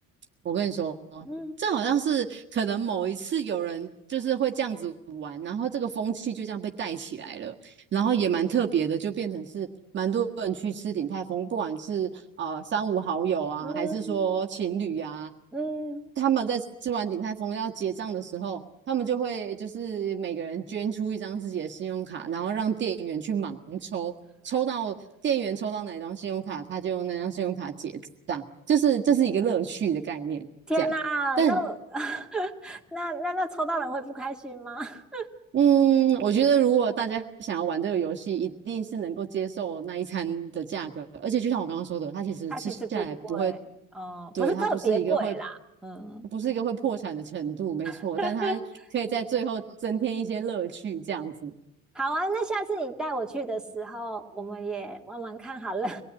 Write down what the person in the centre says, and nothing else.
嗯
嗯
嗯，
天哪，
那我 <laughs> 那那那抽到人会不开心吗？<laughs>
它其实不贵哦，
不是特别贵啦。
嗯，
<laughs>
好啊，那下次你带我去的时候，我们也玩玩看好了。